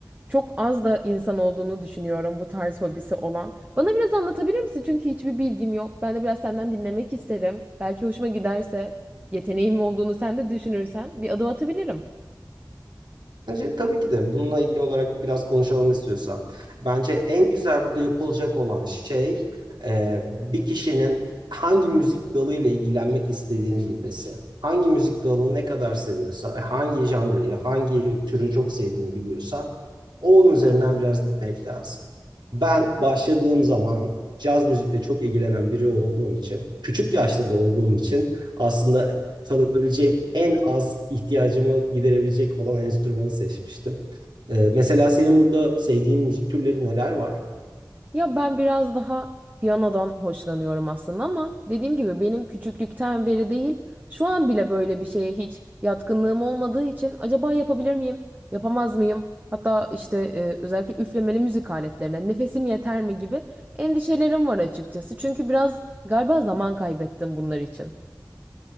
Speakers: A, on the right; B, on the right.
A: Çok az da insan olduğunu düşünüyorum bu tarz hobisi olan. Bana biraz anlatabilir misin? Çünkü hiçbir bilgim yok. Ben de biraz senden dinlemek isterim. Belki hoşuma giderse, yeteneğim olduğunu sen de düşünürsen bir adım atabilirim.
B: Bence tabii ki de bununla ilgili olarak biraz konuşalım istiyorsan. Bence en güzel burada yapılacak olan şey e, bir kişinin hangi müzik dalıyla ilgilenmek istediğini bilmesi. Hangi müzik dalını ne kadar seviyorsa ve hangi janrayı, hangi türü çok sevdiğini biliyorsa onun üzerinden biraz gitmek lazım. Ben başladığım zaman caz müzikle çok ilgilenen biri olduğum için, küçük yaşta da olduğum için aslında çalabileceğim en az ihtiyacımı giderebilecek olan enstrümanı seçmiştim. Ee, mesela senin burada sevdiğin müzik türleri neler var?
A: Ya ben biraz daha piyanodan hoşlanıyorum aslında ama dediğim gibi benim küçüklükten beri değil, şu an bile böyle bir şeye hiç yatkınlığım olmadığı için acaba yapabilir miyim, yapamaz mıyım? Hatta işte e, özellikle üflemeli müzik aletlerine nefesim yeter mi gibi endişelerim var açıkçası. Çünkü biraz galiba zaman kaybettim bunlar için.